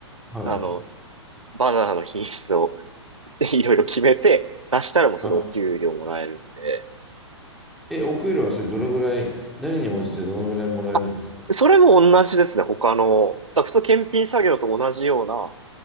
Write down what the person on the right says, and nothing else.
あの、バナナの品質を <laughs> いろいろ決めて、出したらもうそれでお給料もらえるんで。
あそれも同じですね、他の。だから普通検品作業と同じような